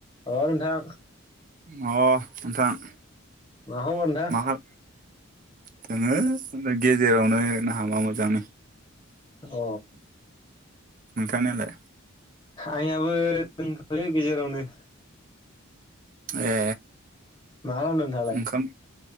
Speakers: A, on the left (about 20°); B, on the right (about 40°).
A: अ नोंथां
B: अ नोंथां।
A: माखबर नोंथां?
B: मा खाल दोङो गेजेरावनो हामा मोजां।
A: अ।
B: नोंथांनियालाय?
A: आंनियाबो दोनथ'यो गेजेरावनो।
B: ए
A: मा खालामदों नोंथाङालाय
B: ओंखाम